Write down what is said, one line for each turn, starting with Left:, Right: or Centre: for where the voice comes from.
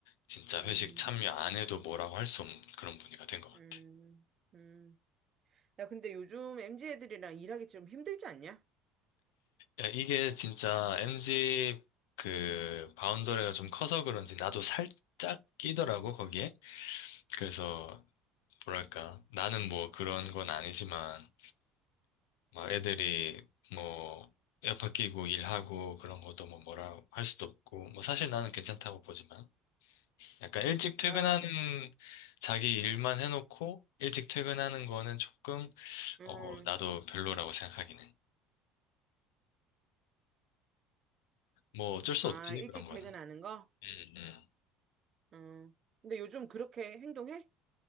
Left: 진짜
Right: 음,
Left: 회식 참여 안 해도 뭐라고 할 수 없는 그런 분위기가 된 것 같아요.
Right: 음, 음. 야, 근데 요즘 MZ 애들이랑 일하기 좀 힘들지 않냐?
Left: 야, 이게 진짜 MZ 그 바운더리가 좀 커서 그런지 나도 살짝 끼더라고 거기에. 그래서 뭐랄까 나는 뭐 그런 건 아니지만 막 애들이 뭐 에어팟 끼고 일하고 그런 것도 뭐 뭐라 할 수도 없고 뭐 사실 나는 괜찮다고 보지만 약간 일찍 퇴근하는
Right: 아,
Left: 자기 일만 해놓고 일찍 퇴근하는 거는 조금
Right: 음.
Left: 어 나도 별로라고 생각하기는 뭐 어쩔 수
Right: 아,
Left: 없지
Right: 일찍
Left: 그런 거는
Right: 퇴근하는 거?
Left: 음, 음.
Right: 음. 근데 요즘 그렇게 행동해?